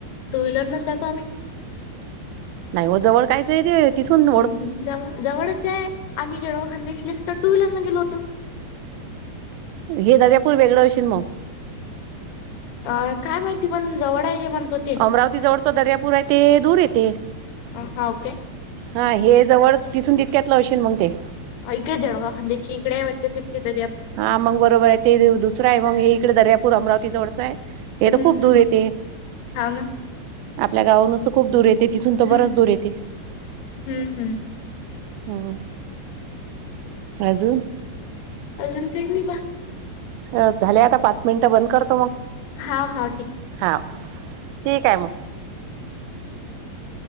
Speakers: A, on the left (about 70°); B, on the right (about 80°).
A: टू व्हीलरन जातो आम्ही.
B: नाही वो जवळ कायच ते ते तिथुन,
A: हम्म जव जवळच ये, आम्ही जळगाव खान्देशनीस तर टू व्हीलरन गेलो होतो.
B: हे दर्यापूर वेगळं आशील मग.
A: अ काय माहिती पण जवळ आहे हे म्हणत होते.
B: अमरावती जवळचं दर्यापूर हाय ते दूर येते.
A: अ हाव काय.
B: हा हे जवळ तिथून तितक्यातलं आशील मग ते.
A: इकडे जळगाव खान्देशी इकडे वाटतं तिकडे दर्यापू
B: हा मग बरोबर आहे. ते दुसर हाय मग हे इकडे दर्यापूर अमरावती जवळचं ये. ये
A: हम्म
B: तर खूप दूर
A: हम्म.
B: येती.
A: हाव ना
B: आपल्या गावावरुनच तर खूप दूर येते. तिथून तर
A: हम्म
B: बरच दूर येते..
A: हम्म हम्म.
B: हम्म अजुन?
A: अजून काही नाही बा.
B: अ झाले आता पाच मिनिटं बंद करतो मग.
A: हा हा ठीक.
B: हा, ठीक आहे मग.